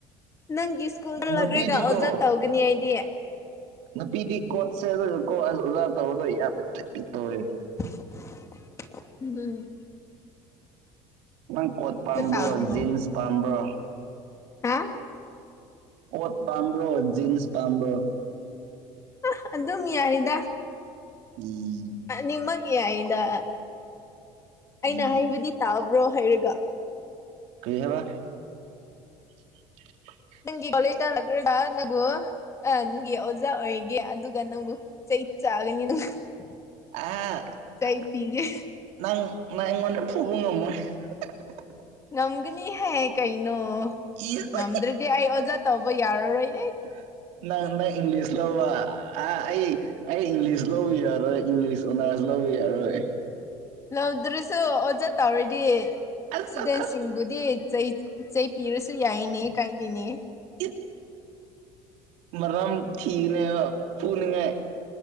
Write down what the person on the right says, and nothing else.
ꯅꯨꯄꯤꯗꯤꯀꯣ
ꯅꯨꯄꯤꯗꯤ ꯀꯣꯠ ꯁꯦꯠꯔꯒꯀꯣ <unintelligible> ꯑꯣꯖꯥ ꯇꯧꯕ ꯌꯥꯝꯅ ꯆꯠꯄꯤ ꯇꯧꯔꯦ
ꯅꯪ ꯀꯣꯠ ꯄꯥꯝꯕ꯭ꯔꯣ
ꯖꯤꯟꯁ ꯄꯥꯝꯕ꯭ꯔꯣ
ꯀꯣꯠ ꯄꯥꯝꯕ꯭ꯔꯣ ꯖꯤꯟꯁ ꯄꯥꯝꯕ꯭ꯔꯣ
ꯏ
ꯏ
ꯀꯩ ꯍꯥꯢꯕ <unintelligible>
ꯑꯥ
ꯑꯩ
ꯅꯪ ꯃꯥ ꯑꯩꯉꯣꯟꯗ ꯐꯨꯕ ꯉꯝꯃꯣꯏ <unintelligible>
ꯏꯁ
<unintelligible> ꯅꯪꯅ ꯏꯪꯂꯤꯁ ꯂꯧꯕ ꯑ ꯑꯥ ꯑꯩ ꯏꯪꯂꯤꯁ ꯂꯧꯕ ꯌꯥꯔꯣꯏ ꯏꯪꯂꯤꯁ ꯑꯣꯟꯅꯔꯁ ꯂꯧꯕ ꯌꯥꯔꯣꯏ
ꯑꯁ
ꯑꯁ
ꯑꯁ ꯃꯔꯝ ꯊꯤꯕꯅꯦꯕ ꯐꯨꯅꯤꯡꯉꯥꯏ